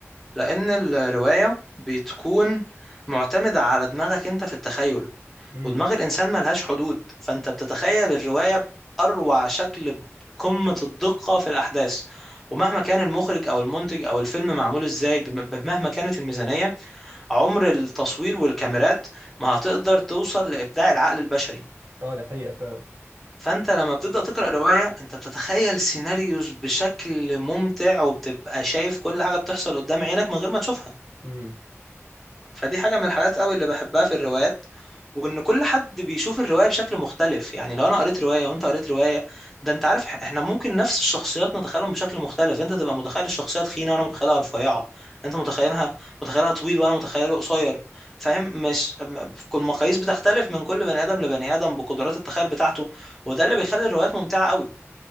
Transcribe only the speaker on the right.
امم
اه دي حقيقه فعلا
امم